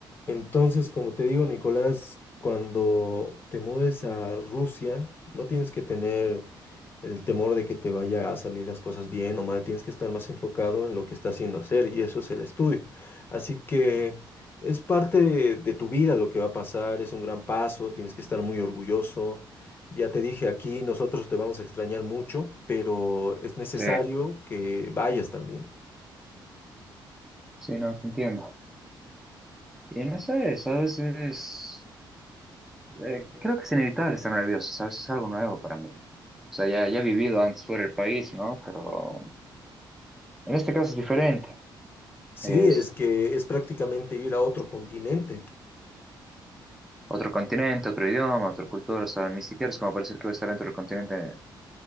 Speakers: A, on the left; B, in the centre.
A: Entonces, como te digo, Nicolás, cuando te mudes a Rusia, no tienes que tener el temor de que te vaya a salir las cosas bien o mal, tienes que estar más enfocado en lo que estás haciendo hacer y eso es el estudio. Así que es parte de, de tu vida lo que va a pasar, es un gran paso, tienes que estar muy orgulloso. Ya te dije, aquí nosotros te vamos a extrañar mucho, pero es necesario
B: Sí,
A: que vayas también.
B: sí, no, te entiendo. Y no sé, es a veces eh, creo que es inevitable estar nervioso, ¿sabes? Es algo nuevo para mí. O sea, ya, ya he vivido antes fuera del país, ¿no? Pero en este caso es diferente.
A: Sí,
B: Es
A: es que es prácticamente ir a otro continente.
B: otro continente, otro idioma, otra cultura. O sea, ni siquiera es como parecer que voy a estar dentro del continente